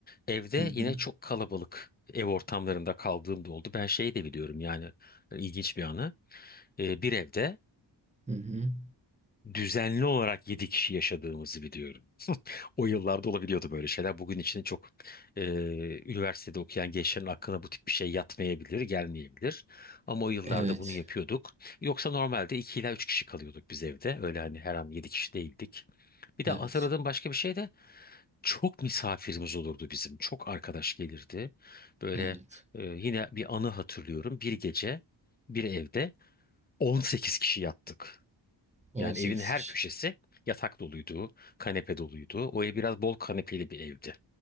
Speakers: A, on the left (about 20°); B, on the right (about 15°).
A: Evde
B: Hı hı,
A: yine çok kalabalık ev ortamlarında kaldığım da oldu. Ben şeyi de biliyorum yani e, ilginç bir anı. E, bir evde
B: hı hı.
A: düzenli olarak 7 kişi yaşadığımızı biliyorum. <laughs> O yıllarda olabiliyordu böyle şeyler. Bugün için çok e, üniversitede okuyan gençlerin aklına bu tip bir şey yatmayabilir, gelmeyebilir. Ama o yıllarda
B: Evet,
A: bunu yapıyorduk. Yoksa normalde 2 ila 3 kişi kalıyorduk biz evde. Öyle hani her an 7 kişi değildik. Bir
B: evet,
A: de hatırladığım başka bir şey de çok misafirimiz olurdu bizim. Çok arkadaş gelirdi. Böyle
B: evet.
A: e, yine bir anı hatırlıyorum. Bir gece bir evde 18 kişi yattık.
B: on
A: Yani
B: sekiz
A: evin her
B: kişi.
A: köşesi yatak doluydu, kanepe doluydu. O ev biraz bol kanepeli bir evdi.